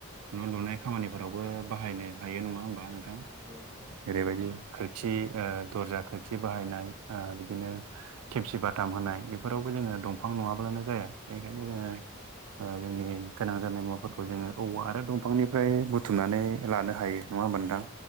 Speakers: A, on the right; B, on the right.
A: न' लुनाय खामानिफोरावबो बाहायनो हायो नङा होमबा नोंथां
B: नंगौ नंगौ
A: ओरैबायदि खोरखि ओ दर्जा खोरखि बाहायनाय ओ बिदिनो खेबसि बाथाम होनाय बेफोरावबो जोङो दंफां नङाब्लानो जाया बेखायनो जोङो
B: औ
A: जोंनि गोनां जानाय मुवाफोरखौ जोङो औव आरो दंफांनिफ्राय बुथुमनानै लानो हायो नङा होमबा नोंथां